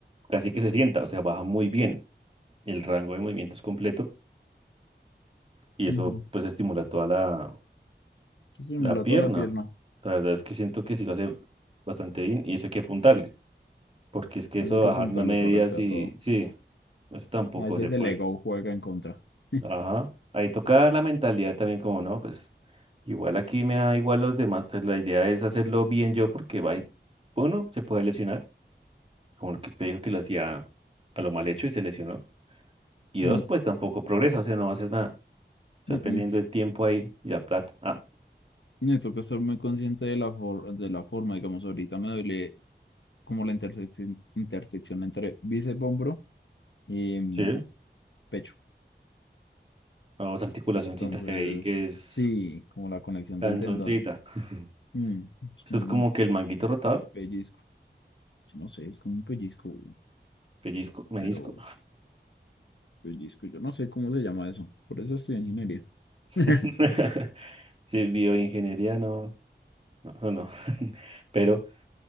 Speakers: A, on the right (about 30°); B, on the left (about 85°).
A: casi que se sienta, o sea, baja muy bien. el rango de movimiento es completo y eso
B: Ujú.
A: pues estimula toda la,
B: Se simula
A: la pierna.
B: toda la pierna,
A: La verdad es que siento que sí lo hace bastante bien y eso hay que apuntarle, porque es que eso
B: así
A: de
B: que
A: bajarme
B: apuntarle
A: a medias
B: correcta
A: y
B: a todo.
A: sí, eso tampoco
B: A veces
A: se puede.
B: el ego juega en contra. <laughs>
A: Ajá. Ahí toca la mentalidad también como, no, pues igual aquí me da igual los demás, o sea, la idea es hacerlo bien yo porque va, uno, se puede lesionar, como lo que usted dijo que lo hacía a lo mal hecho y se lesionó. Y dos,
B: Mm,
A: pues tampoco progresa, o sea, no va a hacer nada. Estás
B: mm,
A: perdiendo
B: mm.
A: el tiempo ahí y la plata. Ah.
B: Necesito que estar muy consciente de la, for- de la forma, digamos, ahorita me duele como la intersección, intersección entre bíceps, hombro y mm,
A: Sí,
B: pecho.
A: vamos articulacioncita
B: Entonces,
A: que hay que es
B: sí, como la conexión
A: canzoncita.
B: del tendón.
A: <laughs>
B: Mm, es
A: Eso
B: como
A: es
B: un
A: como que el manguito rotador,
B: pellizco. Yo No sé, es como un pellizco, güey,
A: pellizco, menisco.
B: pero pellizco, yo no sé cómo se llama eso. Por eso estoy en ingeniería.
A: <laughs>
B: <laughs>
A: Si es bioingeniería, no, no, no. <laughs> Pero,